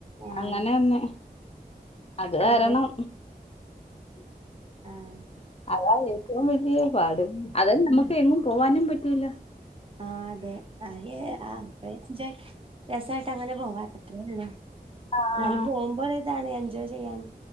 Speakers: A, on the right; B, on the left.
A: ആഹ്
B: അങ്ങനെന്നെ അത് കാരണം
A: അതെ ആഹ്
B: അതാണ് ഏറ്റവും വലിയ പാട്, അതെന്നെ നമുക്ക് എങ്ങും പോവാനും പറ്റൂല്ല
A: ആഹ് അതെ ആ <unintelligible> രസായിട്ട് അങ്ങനെ പോവാ അത്രേ ഉള്ളു എന്നാലും
B: ആഹ്
A: പോകുമ്പൊ ഒരു ഇതാണ് എൻജോയ് ചെയ്യാൻ